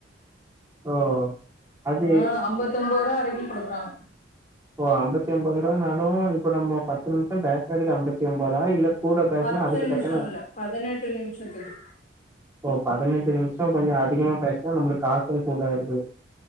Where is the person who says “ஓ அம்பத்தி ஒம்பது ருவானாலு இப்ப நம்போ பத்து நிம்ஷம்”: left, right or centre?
Right